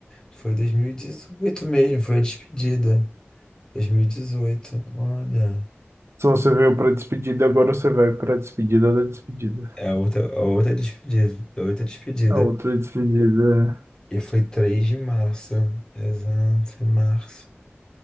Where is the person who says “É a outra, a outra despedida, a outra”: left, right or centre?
Left